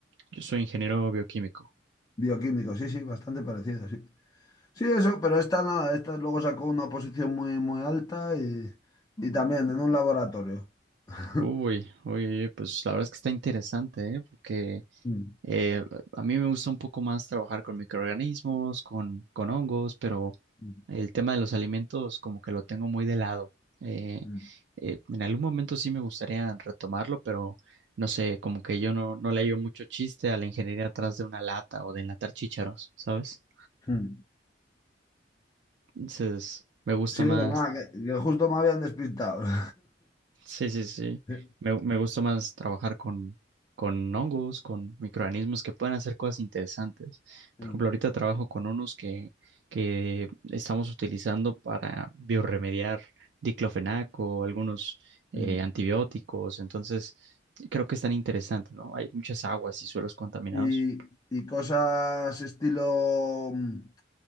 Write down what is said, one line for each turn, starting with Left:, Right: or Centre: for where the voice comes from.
Right: Yo soy ingeniero bioquímico.
Left: bioquímico, sí, sí, bastante parecido, sí. Sí, eso, pero esta nada, esta luego sacó una posición muy, muy alta y, y también en un laboratorio. <laughs>
Right: Uy, uy, uy, pues la verdad es que está interesante, ¿eh? Porque
Left: Mm,
Right: Eh, a mí me gusta un poco más trabajar con microorganismos, con, con hongos, pero
Left: mm,
Right: el tema de los alimentos como que lo tengo muy de lado. Eh,
Left: mm.
Right: eh, en algún momento sí me gustaría retomarlo, pero no sé, como que yo no, no le hallo mucho chiste a la ingeniería atrás de una lata o de enlatar chícharos, ¿sabes?
Left: Mm.
Right: Entonces, me gusta
Left: Sí,
Right: más.
Left: ah, que, que justo me habían despistado. <laughs>
Right: Sí, sí, sí.
Left: Sí.
Right: Me, me gusta más trabajar con, con hongos, con microorganismos que pueden hacer cosas interesantes. Por
Left: Mm,
Right: ejemplo, ahorita trabajo con unos que, que estamos utilizando para biorremediar diclofenaco, algunos eh,
Left: mm.
Right: antibióticos.
Left: <laughs>
Right: Entonces, creo que es tan interesante, ¿no? Hay muchas aguas y suelos contaminados.
Left: Y, y cosas estilo... mm,